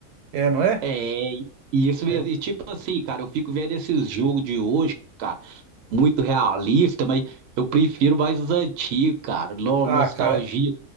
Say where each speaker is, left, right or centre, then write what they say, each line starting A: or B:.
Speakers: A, on the right; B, on the right.
A: É, não é?
B: É, e isso mesmo.
A: É.
B: E tipo assim, cara, eu fico vendo esses jogos de hoje, cara, muito realista, mas eu prefiro mais os antigos, cara. No-
A: Ah,
B: nostalgia
A: cara.